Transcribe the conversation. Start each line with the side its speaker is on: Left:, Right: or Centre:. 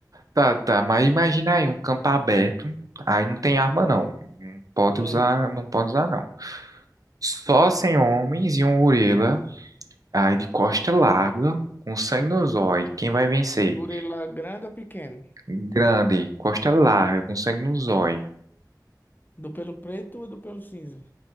Right: Tá, tá, mas imagina aí um campo aberto, aí não tem arma não, não pode
Left: Hum.
Right: usar, não pode usar não. Só sem homens e um gorila, aí de costa larga, com sangue no zóio, quem vai vencer?
Left: O gorila grande ou pequeno?
Right: Grande, costa larga, com sangue no zóio,
Left: Do pelo preto ou do pelo cinza?